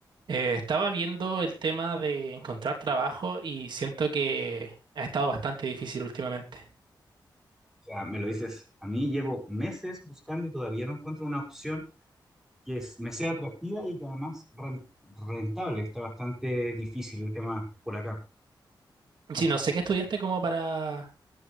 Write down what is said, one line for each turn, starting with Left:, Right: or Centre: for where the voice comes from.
Right: Eh, estaba viendo el tema de encontrar trabajo y siento que ha estado bastante difícil últimamente.
Centre: O sea, me lo dices, a mí llevo meses buscando y todavía no encuentro una opción que es- me sea atractiva y que además ren- rentable. Está bastante difícil el tema por acá.
Right: Sí, no sé qué estudiaste como para,